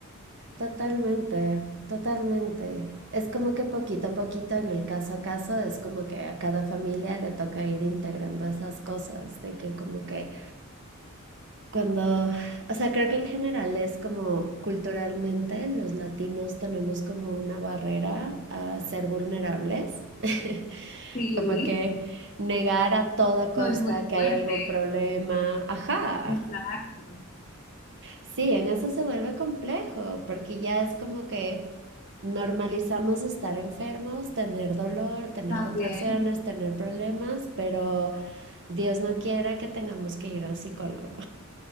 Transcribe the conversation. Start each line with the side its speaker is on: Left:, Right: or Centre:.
Right: totalmente, totalmente. Es como que poquito a poquito, en el caso a caso, es como que a cada familia le toca ir integrando esas cosas, de que como que Cuando, o sea, creo que en general es como culturalmente los latinos tenemos como una barrera a ser vulnerables, <laughs>
Left: Sí,
Right: como que negar a toda costa
Left: soy muy
Right: que
Left: fuerte.
Right: hay algún problema, ajá.
Left: Exacto.
Right: Sí, en eso se vuelve complejo, porque ya es como que normalizamos estar enfermos, tener dolor, tener
Left: También.
Right: contracciones, tener problemas, pero Dios no quiera que tengamos que ir al psicólogo.